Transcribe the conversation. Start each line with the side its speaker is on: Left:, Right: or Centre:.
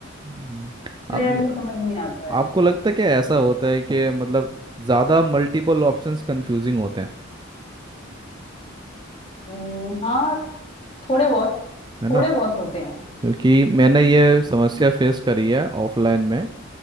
Right: हम्म,
Left: क्लियरली
Right: आप,
Left: समझ नहीं आता है
Right: आपको लगता है कि ऐसा होता है कि मतलब ज़्यादा मल्टीपल ऑप्शंस कंफ्यूजिंग होते हैं
Left: हम्म, हाँ थोड़े बहुत
Right: है ना
Left: थोड़े बहुत होते हैं
Right: क्योंकि मैंने ये समस्या फेस करी है ऑफलाइन में